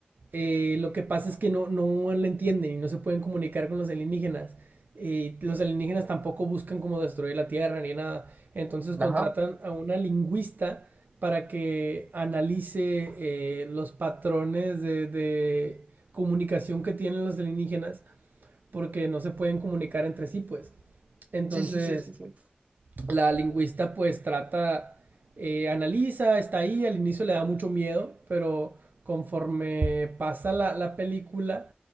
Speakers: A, on the right (about 75°); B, on the right (about 45°).
A: Eh, lo que pasa es que no, no la entienden y no se pueden comunicar con los alienígenas. Y los alienígenas tampoco buscan como destruir la Tierra ni nada. Entonces contratan
B: ajá.
A: a una lingüista para que analice eh, los patrones de, de comunicación que tienen los alienígenas porque no se pueden comunicar entre sí, pues. Entonces,
B: Sí, sí, sí, sí, sí.
A: la lingüista pues trata, eh, analiza, está ahí, al inicio le da mucho miedo, pero conforme pasa la, la película,